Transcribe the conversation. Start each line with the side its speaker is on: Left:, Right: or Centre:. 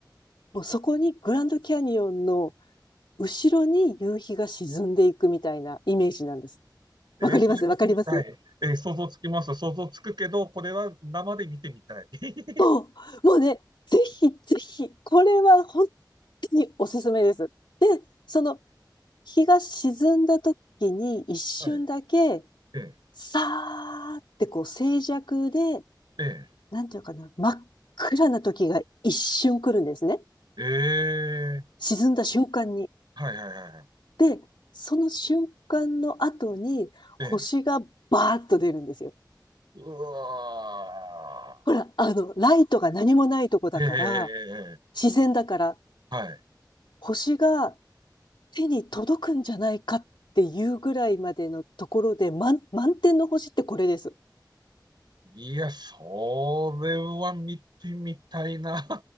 Left: もうそこにグランドキャニオンの後ろに夕日が沈んでいくみたいなイメージなんです。わかります、
Right: ええそれ見てみたい。
Left: わかります。
Right: ええ想像つきます。想像つくけど、これは生で見てみたい。<laughs>
Left: そう、もうね、ぜひぜひ、これは本当におすすめです。で、その日が沈んだ時に一瞬だけ、
Right: はい。え
Left: さーってこう静寂で、
Right: ええ
Left: なんていうかな、真っ暗な時が一瞬来るんですね。
Right: えええ
Left: 沈んだ瞬間に。
Right: はいはいはいはい。
Left: で、その瞬間の後に星がバーッと出るんですよ。
Right: ええうわ
Left: ほら、あの、ライトが何もないとこだから、
Right: ー。ええええええええ
Left: 自然だから、
Right: はい。
Left: 星が手に届くんじゃないかっていうぐらいまでのところで、満、満点の星ってこれです。
Right: いや、それは見てみたいな。